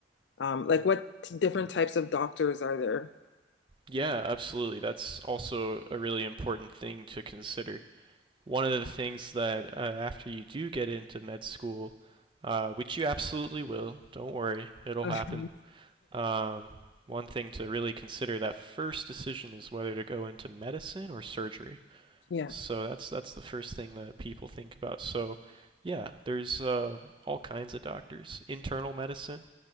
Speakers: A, on the left; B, on the right.
A: um like what t- different types of doctors are there
B: Yeah, absolutely. That's also a really important thing to consider. One of the things that uh, after you do get into med school, uh, which you absolutely will, don't worry, it'll
A: Mhm.
B: happen. Um, one thing to really consider that first decision is whether to go into medicine or surgery.
A: <laughs> yeah
B: So that's that's the first thing that people think about. So yeah, there's uh, all kinds of doctors. Internal medicine,